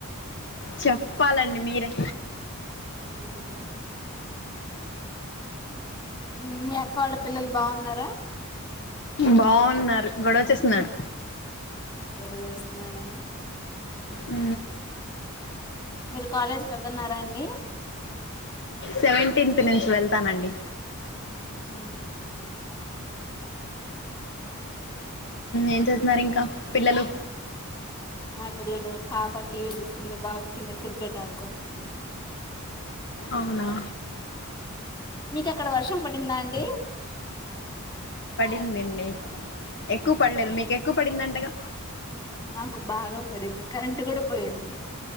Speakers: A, on the left; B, on the left.
A: చప్పాలండి మీరే
B: ఉమ్ ఉమ్ మీ అక్కవాళ్ళ పిల్లలు బావున్నారా
A: బావున్నారు గొడవ చేేస్తున్నాడు
B: గొడవ చేస్తున్నాడా
A: ఊ
B: మీరు కాలేజ్ కి ఎళ్తున్నారా అండి
A: సెవెంటీన్త్ నుంచి వెళ్తానండి
B: ఊ
A: ఏం చేస్తున్నారు ఇంకా పిల్లలు
B: నా పిల్లలు పాప టీ వీ చూస్తుంది బాబు కింద కిరికెట్ ఆడుకుంటున్నాడు
A: అవునా
B: మీకు అక్కడ వర్షం పడిందా అండి
A: ందండి ఎక్కువ పడలేదు మీకు ఎక్కువ పడింది అంటగా
B: మాకు బాగా పడింది కరెంట్ కూడా పోయింది